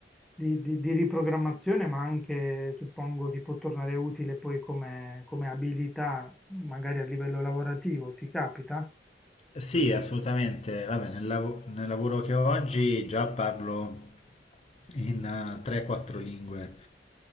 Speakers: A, in the centre; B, on the left.
A: di, di- di riprogrammazione, ma anche, suppongo, ti può tornare utile poi come, come abilità, magari a livello lavorativo, ti capita?
B: Sì, assolutamente. Vabbè, nel, lav- nel lavoro che ho oggi già parlo in eh, 3-4 lingue